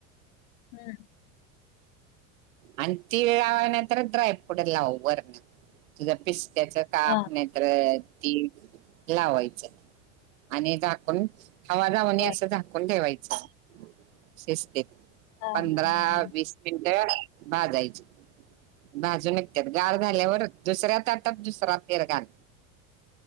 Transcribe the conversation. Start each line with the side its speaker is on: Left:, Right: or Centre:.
Left: हम्म
Right: आणि तिळ लाव नाय तरं ड्रायफ्रूट लाव वरती तुझ्या पिस्त्याच. काप
Left: हा
Right: नाय तर तिळ लावायचं आणि झाकू हवा जाऊनी
Left: बर
Right: असं झाकून ठेवायचं शिजतंय
Left: हा हा
Right: पंधरा
Left: हा
Right: वीस. मिनटं भाजायची. भाजून निघतात गार झाल्यावर दुसऱ्या ताटात दुसरा फेर घाल